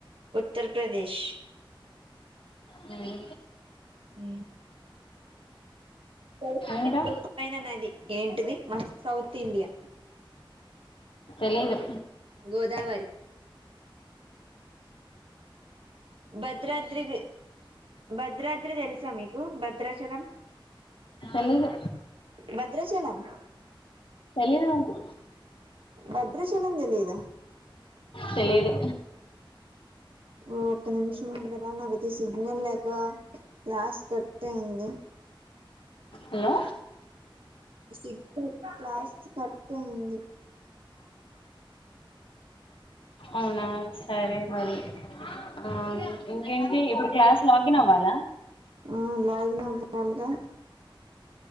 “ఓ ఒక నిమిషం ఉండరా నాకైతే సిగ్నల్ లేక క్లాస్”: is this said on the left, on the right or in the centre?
Right